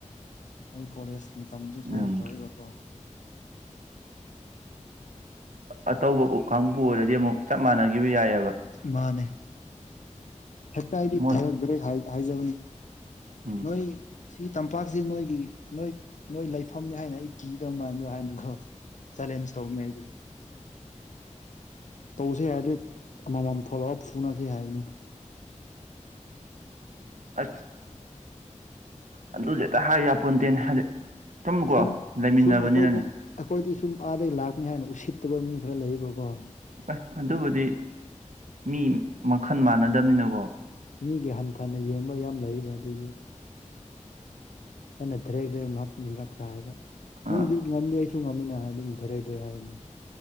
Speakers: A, on the left; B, on the right.
A: ꯑꯩ ꯀꯣꯂꯦꯖ ꯃꯇꯝꯁꯨ ꯁꯨꯃꯥꯏꯅ
B: ꯎꯝ
A: ꯇꯧꯕꯀꯣ
B: ꯑꯇꯧꯕ ꯎ ꯀꯥꯡꯪꯕꯨ ꯑꯣꯏꯔꯗꯤ ꯑꯃꯨꯛ ꯆꯞ ꯃꯥꯟꯅꯈꯤꯕ ꯌꯥꯏꯑꯕ
A: ꯃꯥꯅꯦ ꯍꯦꯛꯇ ꯍꯥꯏꯗꯤ
B: ꯃꯣꯏ
A: ꯔꯛ ꯭ꯔꯦꯛ ꯍꯥꯏꯖꯕꯅꯤ
B: ꯎꯝ
A: ꯅꯣꯏ ꯁꯤꯒꯤ ꯇꯝꯄꯥꯛꯁꯤ ꯅꯣꯏꯒꯤ ꯅꯣꯏ ꯅꯣꯏ ꯂꯩꯐꯝꯅꯤ ꯍꯥꯏꯅ ꯑꯩ ꯀꯤꯗꯕ ꯃꯥꯟꯕ꯭ꯔꯥ ꯍꯥꯏꯅ ꯈ꯭ꯔꯣ ꯆꯂꯦꯅꯁ ꯎꯃꯦ ꯍꯥꯏꯗꯤ ꯇꯧꯁꯦ ꯍꯥꯏꯔꯗꯤ ꯑꯃꯃꯝ ꯊꯣꯛꯂꯛꯒ ꯐꯨꯅꯁꯤ ꯍꯥꯏꯕꯅꯤ
B: ꯑ ꯑꯗꯨꯁꯨ ꯍꯦꯛꯇ ꯍꯥꯏꯔꯤ ꯌꯥꯄꯣꯟꯇꯦꯅꯦ ꯍꯥꯏꯗꯤ ꯁꯨꯝꯀꯣ
A: ꯁꯨꯝ
B: ꯂꯩꯃꯤꯟꯅꯕꯅꯤꯅꯅꯦ
A: ꯁꯨꯝ ꯑꯩꯈꯣꯏꯗꯤ ꯑꯩꯈꯣꯏꯗꯤ ꯁꯨꯝ ꯑꯥꯗꯒꯤ ꯂꯥꯛꯄꯅꯤ ꯍꯥꯏꯅ ꯎꯁꯤꯠꯇꯕ ꯃꯤ ꯈꯔ ꯂꯩꯌꯦꯕꯀꯣ
B: ꯑꯦ ꯑꯗꯨꯕꯨꯗꯤ ꯃꯤ ꯃꯈꯜ ꯃꯥꯟꯅꯗꯕꯅꯤꯅꯀꯣ
A: ꯃꯤꯒꯤ ꯍꯟꯊꯅ ꯌꯦꯡꯕ ꯌꯥꯝ ꯂꯩꯕ ꯑꯗꯨꯒꯤ ꯑꯩꯅ ꯗꯔꯦꯛ ꯔꯦꯛꯛꯇ ꯍꯥꯏꯕ ꯅꯪꯗꯤ
B: ꯑꯥ
A: ꯉꯝꯗꯦ ꯑꯩꯁꯨ ꯉꯝꯃꯤꯅ ꯑꯗꯨꯝꯔꯗ꯭ꯔꯦ ꯍꯥꯏꯕꯅꯤ